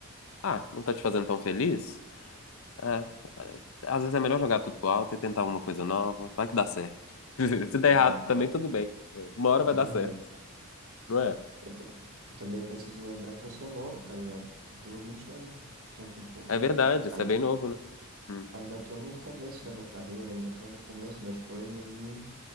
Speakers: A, on the left (about 65°); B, on the right (about 80°).
A: Ah, não tá te fazendo tão feliz, é, é, às vezes é melhor jogar tudo pro alto e tentar alguma coisa nova. Vai que dá certo. <laughs> Se der
B: É
A: errado
B: verdade.
A: também, tudo bem. Uma hora
B: É
A: vai dar
B: verdade.
A: certo, não é?
B: Eu, ta- eu também preciso lembrar que eu sou novo, tá ligado? Eu tenho 20 anos. Então, tipo,
A: É verdade,
B: ainda,
A: isso é bem novo, né? Hum,
B: ainda tô no começo da minha carreira, ainda tô no começo das coisas e